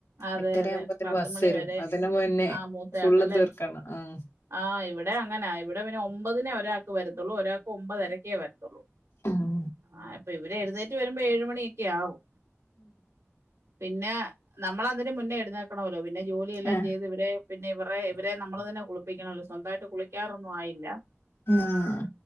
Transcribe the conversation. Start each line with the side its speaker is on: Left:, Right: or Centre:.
Right: അതെ
Left: എട്ടരയാകുമ്പോത്തിന്
Right: അതെ പത്തുമണി
Left: ബസ് വരും
Right: വരെ
Left: അതിന് മുന്നേ
Right: ആ മൂത്തയാക്കല്ലേ
Left: ഫുള്ള് തീർക്കണം ആഹ്
Right: ആ ഇവിടെം അങ്ങെനാ ഇവിടെ പിന്നെ ഒമ്പതിനെ ഒരാൾക്ക് വരത്തൊള്ളൂ ഒരാൾക്ക് ഒമ്പതരക്കേ വരത്താെള്ളൂ
Left: ഉം
Right: ആ ഇപ്പൊ ഇവിടെ എഴുതേറ്റ് വരുമ്പോ ഏഴുമണിയൊക്കെ ആവും പിന്നെ നമ്മള അതിന് മുന്നേ എടുന്നേ ക്കണമല്ലോ പിന്നെ ജോലിയെല്ലാം
Left: ആഹ്
Right: ചെയ്ത് ഇവരെ പിന്നെ ഇവറെ ഇവരെ നമ്മള് തന്നെ കുളിപ്പിക്കണ <unintelligible> സ്വന്തായിട്ട് കുളിക്കാറൊന്നും ആയില്ല
Left: ആഹ്